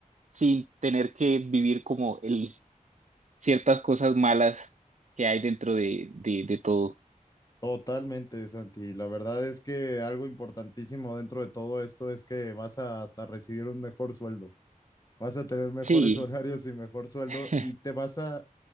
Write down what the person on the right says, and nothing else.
sin tener que vivir como el, ciertas cosas malas que hay dentro de, de, de todo.
Sí,
<laughs>